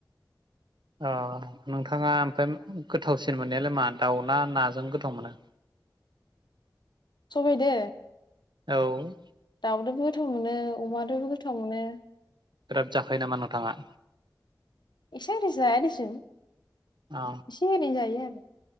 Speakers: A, on the right; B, on the left.
A: अ नोंथाङा ओमफ्राय गोथावसिन मोननायालाय मा दाउ ना नाजों गोथाव मोनो
B: सबाय दो
A: औ
B: दाउदोबो गोथाव मोनो अमादोबो गोथाव मोनो
A: बि्राद जाखायो नामा नोंथाङा
B: इसोरारिसहसुन
A: औ
B: एसे ओरै जायो आरो।